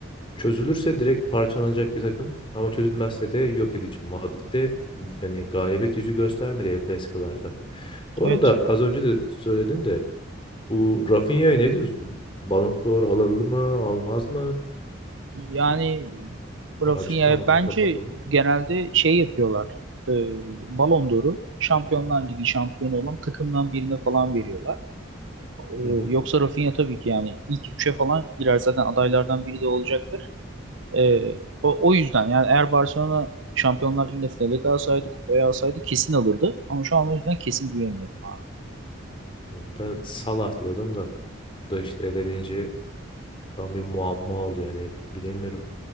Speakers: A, on the left; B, on the right.
A: Çözülürse direkt parçalanacak bir takım ama çözülmezse de yok edici. Madrid'de yani galibiyet yüzü göstermedi El Clasico'larda. Bu
B: evet.
A: arada az önce de söyledim de bu Rafinha'ya ne diyorsun? Ballon d'Or alır mı, almaz mı?
B: Yani Rafinha
A: O açık kalmadan
B: bence
A: kapatalım mı?
B: genelde şey yapıyorlar. E, Ballon d'Or'u Şampiyonlar Ligi şampiyonu olan takımdan birine falan veriyorlar. E,
A: Hı hı.
B: yoksa Rafinha tabii ki yani ilk üçe falan girer zaten adaylardan biri de olacak Ee, o, o yüzden yani eğer Barcelona Şampiyonlar Ligi'nde finale kalsaydı, kupayı alsaydı kesin alırdı. Ama şu an o yüzden kesin diyemiyorum abi.
A: Hı, Ben Salah diyordum da bu da işte elenince tam bir muamma oldu yani bilemiyorum.